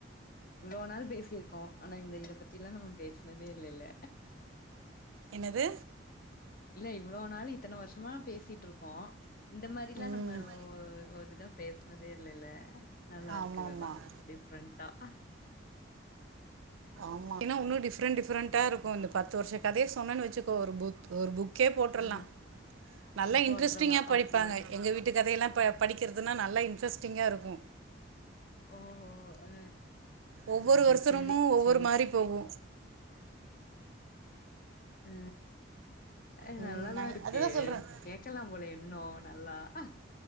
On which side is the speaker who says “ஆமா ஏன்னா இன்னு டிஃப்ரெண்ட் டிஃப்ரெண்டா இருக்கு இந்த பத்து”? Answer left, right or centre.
Right